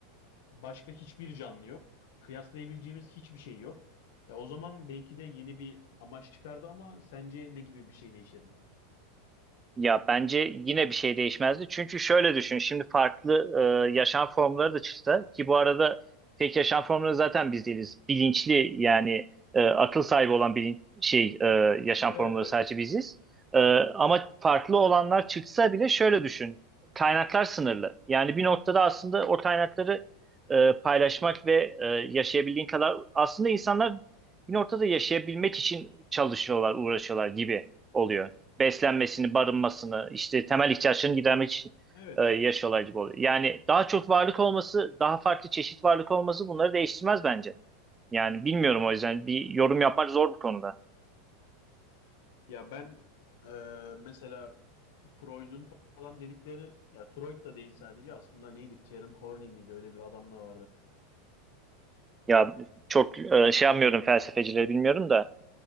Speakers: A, on the left; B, on the right.
A: Başka hiçbir canlı yok. Kıyaslayabileceğimiz hiçbir şey yok. Ya o zaman belki de yeni bir amaç çıkardı ama sence ne gibi bir şey değişirdi?
B: Ya bence yine bir şey değişmezdi. Çünkü şöyle düşün. Şimdi farklı e, yaşam formları da çıksa ki bu arada tek yaşam formları zaten biz değiliz. Bilinçli yani e, akıl sahibi olan bir şey e, yaşam
A: Evet,
B: formları
A: evet.
B: sadece biziz. E, ama farklı olanlar çıksa bile şöyle düşün. Kaynaklar sınırlı. Yani bir noktada aslında o kaynakları e, paylaşmak ve e, yaşayabildiğin kadar aslında insanlar bir noktada yaşayabilmek için çalışıyorlar, uğraşıyorlar gibi oluyor beslenmesini, barınmasını, işte temel ihtiyaçlarını gidermek için
A: Evet.
B: e, yaşıyorlar gibi oluyor. Yani daha çok varlık olması, daha farklı çeşit varlık olması bunları değiştirmez bence. Yani bilmiyorum o yüzden bir yorum yapmak zor bu konuda.
A: Ya ben e, mesela Freud'un falan dedikleri ya Freud da değil sadece aslında neydi? Karen Horney miydi? Öyle bir adam da vardı.
B: Ya çok e, şey yapmıyorum felsefecileri bilmiyorum da